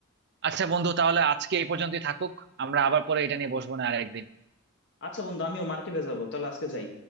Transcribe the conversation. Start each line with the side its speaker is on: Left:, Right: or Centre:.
Right: আচ্ছা বন্ধু তাহলে আজকে এই পর্যন্তই থাকুক আমরা আবার পরে এটা নিয়ে বসবো না আর একদিন
Left: আচ্ছা বন্ধু আমিও মার্কেটে যাবো তাহলে আজকে যাই